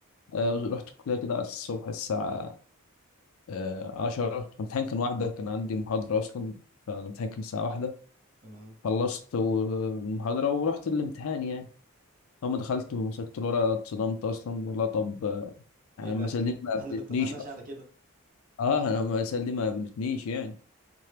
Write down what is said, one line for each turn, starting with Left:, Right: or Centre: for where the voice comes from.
Left: آه، رحت الكليه كده على الصبح الساعه آه، عشرة الامتحان كان واحدة كان عندي محاضرة أصلا فالامتحان كان الساعة واحدة
Right: تمام
Left: خلصت و- المحاضرة ورحت الامتحان يعني أول ما دخلت ومسكت الورقة اتصدمت أصلا والله طب آه، أنا
Right: ايه ده
Left: المسألة دي ما قابلتنيش
Right: احنا ما اتفقناش
Left: أصلا
Right: على كده
Left: أه أنا المسألة دي ما قابلتنيش يعني